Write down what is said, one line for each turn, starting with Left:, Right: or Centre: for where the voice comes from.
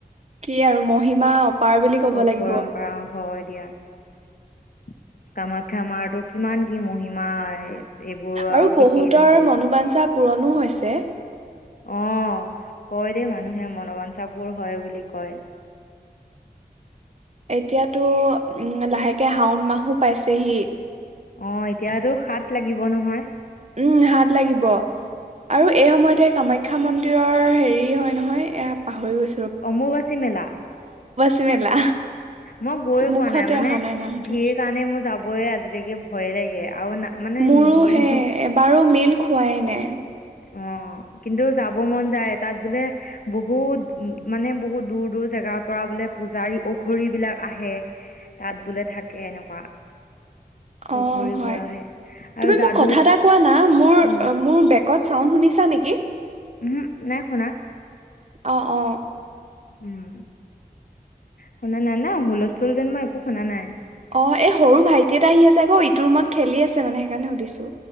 Right: কি আৰু মহিমা অপাৰ বুলি ক'ব
Left: অ',
Right: লাগিব
Left: পৰম্পৰা হয়, দিয়া। কামাখ্যা মাৰটো কিমান কি মহিমা এইবোৰ
Right: আৰু
Left: শেষেই
Right: বহুতৰ
Left: নহব
Right: মনোবাঞ্ছা পূৰণো হৈছে।
Left: অ কয় মানুহে মনোবাঞ্ছাপূৰ হয়, বুলি কয়।
Right: এতিয়াতো উম, লাহেকে শাওণ মাহো পাইছেহি।
Left: অ', এতিয়াতো সাত লাগিব নহয়।
Right: উম, হাত লাগিব আৰু এই সময়তে কামাখ্যা মন্দিৰৰ হেৰি হয়, নহয় এ পাহৰি গৈছ
Left: অম্বুবাচী মেলা।
Right: মেলা
Left: মই গৈ
Right: মুখতে
Left: পোৱা নাই, মানে
Right: অহা নামটো
Left: ভিৰ কাৰণে মোৰ যাব আজিলৈকে ভয়ে লাগে। আৰু না মানে
Right: মোৰো
Left: নিদিয়েও
Right: হে, এবাৰো মিল খোৱাই নাই <unintelligible>
Left: অ', কিন্তু যাব মন যায় তাত বোলে বহুত মানে বহুত দূৰ, দূৰ জেগাৰ পৰা বোলে পূজাৰী, অঘৰী বিলাক আহে তাত বোলে থাকে এনেকুৱা
Right: অ',
Left: ঘূৰিবোৰ
Right: হয়,
Left: আহে আৰু
Right: তুমি
Left: যাদু
Right: মোক কথা এটা কোৱা না মোৰ,
Left: অ
Right: মোৰ বেকত চাউণ্ড শুনিছা নেকি?
Left: উম, নাই শুনা।
Right: অ', অ'।
Left: উম। শুনা নাই, না? হুলস্থল যেন মই একো শুনা নাই।
Right: অ', এই সৰু ভাইটি এটা আহি আছে আকৌ ইটো ৰুমত খেলি আছে মানে সেইকাৰণে সুধিছো